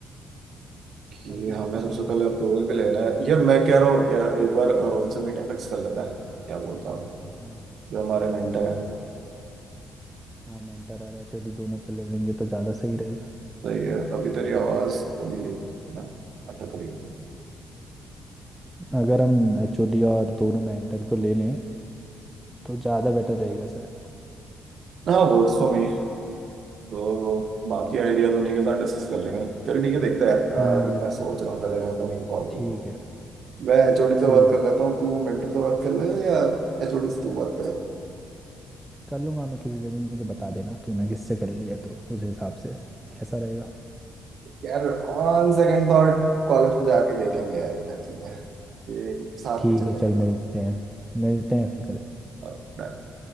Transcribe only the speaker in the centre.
एसडीएलसी
का मॉडल
एक बार वो
कर
लेंगे
हम
हाँ
एचओडी से
हाँ मेंटर और एचओडी दोनों को ले लेंगे तो ज़्यादा सही रहेगा
अगर हम एचओडी और दोनों मेंटर को ले लें तो ज़्यादा बेटर रहेगा शायद
हाँ
ठीक है
ठीक
है
कर लूंगा मैं किसी से भी मुझे बता देना तूने किससे कर लिया तो उस हिसाब से कैसा रहेगा
ठीक
है चल मिलते हैं मिलते हैं फिर कल